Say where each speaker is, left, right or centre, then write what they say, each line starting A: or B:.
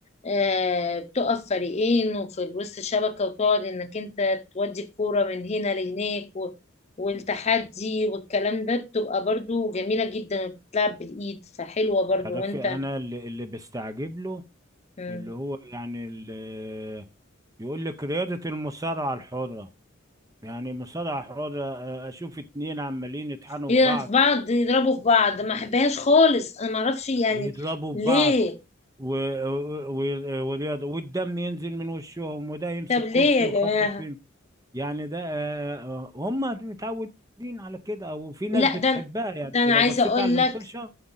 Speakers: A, on the left; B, on the right.
A: آه بتقف فريقين وفي وسط الشبكة وتقعد إنك أنت تودي الكورة من هنا لهناك و- والتحدي والكلام ده بتبقى برضو جميلة جدا بتلعب بالإيد فحلوة برضو
B: تعرفي
A: وأنت
B: أنا اللي, اللي بستعجب له
A: مم.
B: اللي هو يعني اللي يقول لك رياضة المصارعة الحرة يعني مصارعة حرة آه، أشوف اتنين عمالين يطحنوا
A: يلعب
B: في بعض
A: في بعض يضربوا في بعض ما أحبهاش خالص أنا معرفش يعني
B: ويضربوا
A: ليه
B: في بعض و... و... و- ورياضة والدم ينزل من وشهم وده يمسك
A: طب ليه
B: كرسي
A: يا
B: ويخبط
A: جماعة
B: فيه يعني ده آه، آه، هم متعودين على كده او في ناس
A: لا
B: بتحبها
A: ده
B: يعني
A: ده
B: انت
A: انا
B: لو
A: عايزة
B: بصيت
A: اقول
B: على المطرشة
A: لك